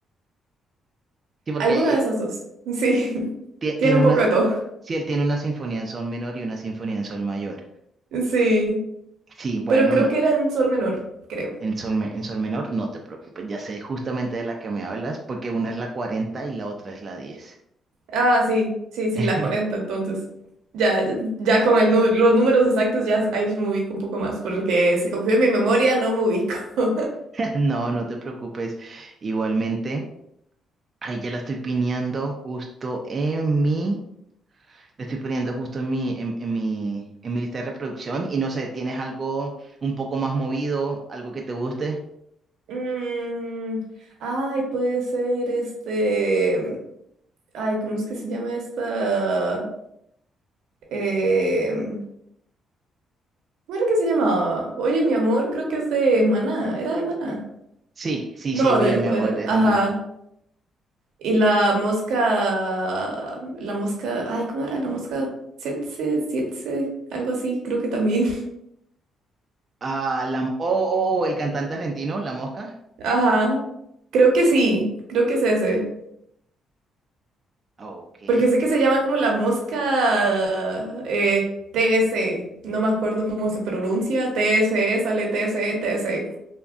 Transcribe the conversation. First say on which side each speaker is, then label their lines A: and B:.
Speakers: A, on the right (about 40°); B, on the right (about 80°).
A: Sí, porque
B: Alguna
A: eh,
B: de esas dos. Sí. <laughs>
A: tie-
B: Tiene
A: tiene
B: un
A: una,
B: poco de todo.
A: si él tiene una sinfonía en sol menor y una sinfonía en sol mayor.
B: Sí.
A: Sí, bueno,
B: Pero creo
A: no.
B: que era en sol menor, creo.
A: En sol, me- en sol menor no te preocupes, ya sé justamente de la que me hablas, porque una es la 40 y la otra es la diez
B: Ah, sí, sí, sí,
A: <laughs>
B: la 40 entonces. Ya, ya, ya con el, nu- los números exactos, ya ahí sí me ubico un poco más, porque si confío en mi memoria, no me ubico. <laughs>
A: No, no te preocupes. Igualmente, ahí ya la estoy pineando justo en mi, le estoy poniendo justo en mi, en, en mi, en mi lista de reproducción. Y no sé, ¿tienes algo un poco más movido, algo que te guste?
B: Mm, ay, puede ser este. Ay, ¿cómo es que se llama esta? Em, ¿cómo era que se llamaba? Oye, mi amor, creo que es de Maná. ¿Era de Maná?
A: Sí, sí,
B: No,
A: sí, oye,
B: de.
A: mi
B: o
A: amor,
B: era-
A: es
B: ajá.
A: de Maná.
B: Y la mosca. La mosca. Ay, ¿cómo era? La mosca. Tsetse, sietse, algo así, creo que también.
A: Ah, la, oh, oh, oh, el cantante argentino, La Mosca.
B: Ajá. Creo que sí. Creo que es ese.
A: Ok.
B: Porque sé que se llama como la mosca eh, TS. No me acuerdo cómo se pronuncia. TSE, sale TSE, TSE.